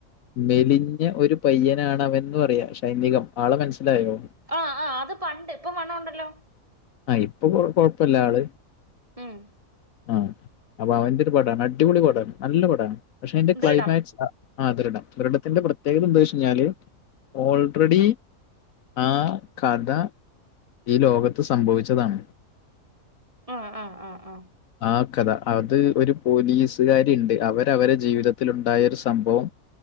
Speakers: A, on the left; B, on the right.
A: മെലിഞ്ഞ ഒരു പയ്യനാണവന്ന് പറയാ ഷൈൻ നിഗം ആളെ മനസ്സിലായോ
B: ആഹ് ആഹ് അത് പണ്ട് ഇപ്പ വണ്ണോണ്ടല്ലോ
A: ആഹ് ഇപ്പൊ കൊ കൊഴപ്പില്ല ആള്
B: ഉം
A: ആഹ് അപ്പൊ അവൻ്റൊരു പടാണ് അടിപൊളി പടാണ് നല്ല പടാണ് പക്ഷെ അതിന്റെ ക്ലൈമാക്സ്
B: ദൃഢം
A: അ ആഹ് ദൃഢം ദൃഢത്തിന്റെ പ്രത്യേകതന്താച്ചഴിഞ്ഞാല് ഓൾറെഡി ആഹ് കഥ ഈ ലോകത്ത് സംഭവിച്ചതാണ്
B: ആഹ് ആഹ് ആഹ് ആഹ്
A: ആഹ് കഥ അത് ഒരു പോലീസുകാരിയിണ്ട് അവരവരെ ജീവിതത്തിലുണ്ടായൊരു സംഭവം